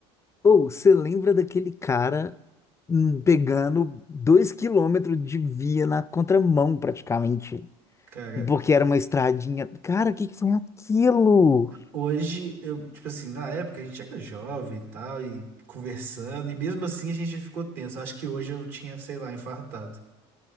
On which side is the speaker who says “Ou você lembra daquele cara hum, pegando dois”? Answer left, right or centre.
Left